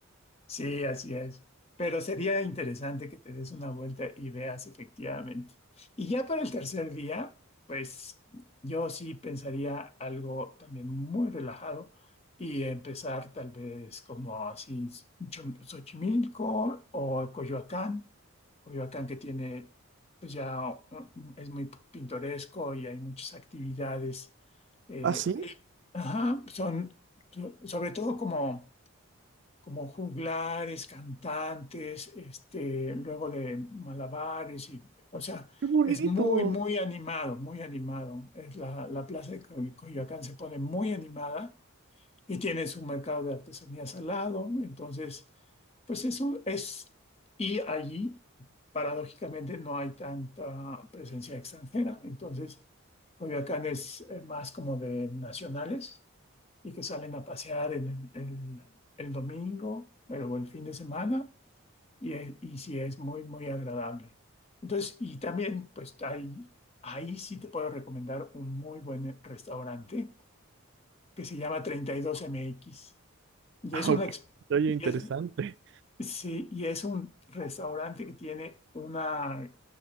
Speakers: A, on the left (about 30°); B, on the right (about 55°).
A: Sí, así es. Pero sería interesante que te des una vuelta y veas efectivamente. Y ya para el tercer día, pues yo sí pensaría algo también muy relajado y empezar tal vez como así Cho- Xochimilco o Coyoacán. Coyoacán que tiene, pues ya un- es muy pintoresco y hay muchas actividades. eh,
B: ¿Ah, sí?
A: ahí. Ajá, son so- sobre todo como como juglares, cantantes, este, luego de malabares y, o sea,
B: ¡Qué bonito!
A: es muy, muy animado, muy animado. Es la, la plaza de Coy- Coyoacán se pone muy animada y tiene su mercado de artesanías al lado. Entonces, pues eso es, y allí, paradójicamente, no hay tanta presencia extranjera. Entonces, Coyoacán es eh, más como de nacionales y que salen a pasear el, el- el domingo el- o el fin de semana y, es- y sí es muy, muy agradable. Entonces, y también, pues hay, ahí sí te puedo recomendar un muy buen restaurante que se llama 32MX y
B: Ah,
A: es una,
B: ok.
A: ex-
B: Oye,
A: y
B: interesante.
A: es, sí, y es un restaurante que tiene una,